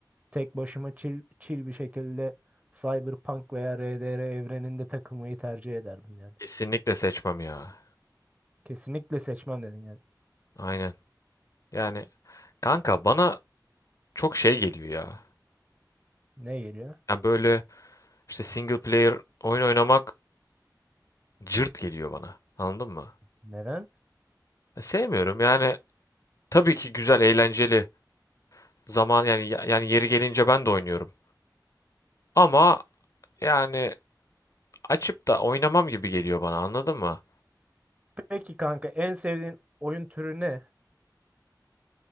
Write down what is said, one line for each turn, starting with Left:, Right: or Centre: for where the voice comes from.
Right: tek başıma chill, chill bir şekilde Cyberpunk veya RDR evreninde takılmayı tercih ederdim yani.
Left: Kesinlikle seçmem ya.
Right: Kesinlikle seçmem dedin yani.
Left: Aynen. Yani kanka bana çok şey geliyor ya.
Right: Ne geliyor?
Left: Ya böyle işte single player oyun oynamak cırt geliyor bana. Anladın mı?
Right: Neden?
Left: Ya sevmiyorum. Yani tabii ki güzel, eğlenceli zaman yani ya- yani yeri gelince ben de oynuyorum. Ama yani açıp da oynamam gibi geliyor bana. Anladın mı?
Right: Peki kanka en sevdiğin oyun türü ne?